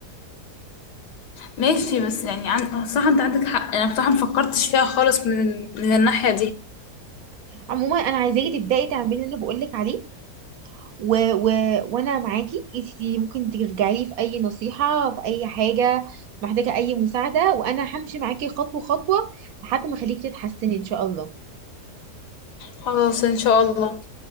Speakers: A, on the left (about 80°); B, on the right (about 65°).
A: ماشي بس يعني عن... صح انت عندك حق انا بصراحة مفكرتش فيها خالص من من الناحية دي
B: عموما انا عايزاكي تبدأي تعملي اللي بقولك عليه و... و... وانا معاكي انتي ممكن ترجعي لي في اي نصيحه في اي حاجه محتاجه اي مساعده وانا همشي معاكي خطوه خطوه لحد ما اخليكي تتحسني ان شاء الله
A: خلاص ان شاء الله